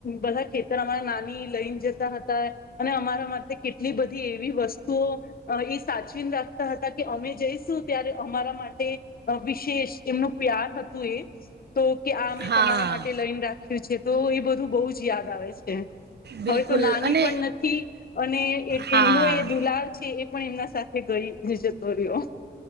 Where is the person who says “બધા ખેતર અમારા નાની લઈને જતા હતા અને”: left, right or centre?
Left